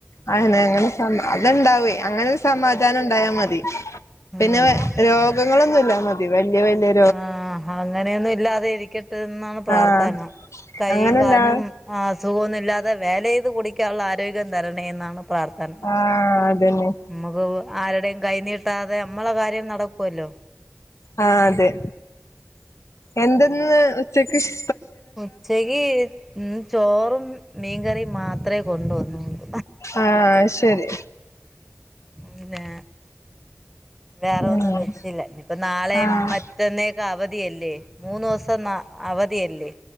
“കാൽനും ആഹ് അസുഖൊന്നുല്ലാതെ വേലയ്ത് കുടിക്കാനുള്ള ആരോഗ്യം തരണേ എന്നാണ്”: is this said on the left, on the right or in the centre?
Centre